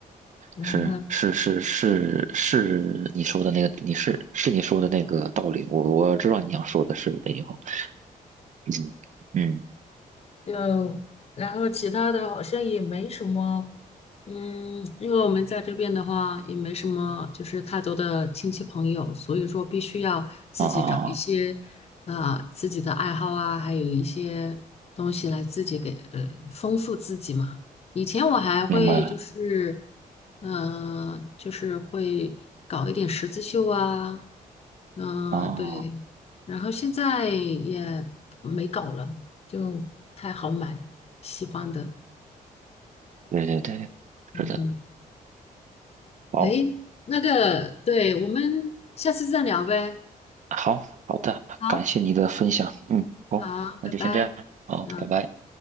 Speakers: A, on the left; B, on the right.
A: 然后。
B: 是是是是是，你说的那个，你是是你说的那个道理，我我知道你想说的是那句话。嗯嗯
A: 就然后其他的好像也没什么，嗯，因为我们在这边的话也没什么，就是太多的亲戚朋友，所以说必须要自己找一些，
B: 啊，啊
A: 啊、自己的爱好啊，还有一些东西来自己给呃丰富自己嘛。以前我还会就是，
B: 明白了
A: 嗯、呃就是会搞一点十字绣啊，嗯、
B: 啊，
A: 对，然后现在也没搞了。就不太好买喜欢的。
B: 对对对，
A: 嗯，
B: 是的，
A: 嗯，
B: 好，
A: 诶，那个，对，我们下次再聊呗。
B: 好好的，
A: 好。
B: 感谢你的分享，嗯，好，
A: 好，
B: 那就先这样，
A: 拜拜。
B: 好，
A: 嗯。
B: 拜拜。